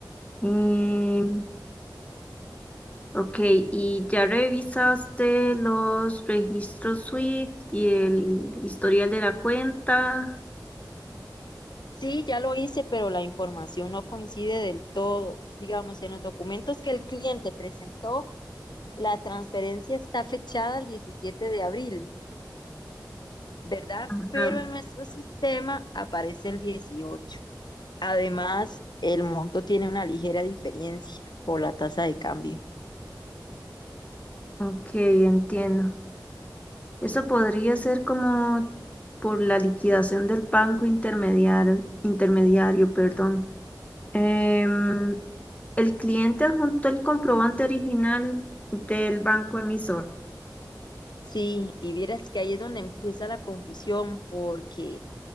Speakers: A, on the left; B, on the left.
A: Em, ok, ¿y ya revisaste los registros SWIFT y el historial de la cuenta?
B: Sí, ya lo hice, pero la información no coincide del todo. Digamos, en los documentos que el cliente presentó, la transferencia está fechada el 17 de abril, ¿verdad?
A: Ajá.
B: Pero en nuestro sistema aparece el 18. Además, el monto tiene una ligera diferencia por la tasa de cambio.
A: Ok, entiendo. Eso podría ser como por la liquidación del banco intermediario, intermediario, perdón. Em, el cliente adjuntó el comprobante original del banco emisor.
B: Sí, y vieras que ahí es donde empieza la confusión porque